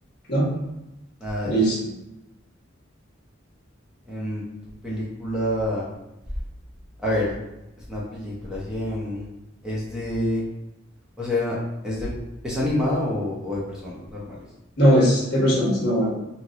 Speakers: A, in the centre; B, on the left (about 55°).
A: No,
B: ¿no?
A: nada
B: Listo.
A: de eso. Em, tu película, a ver, es una película así, em, es de, o sea, es de, es animada o, o de personas normales.
B: No, es de personas, normal.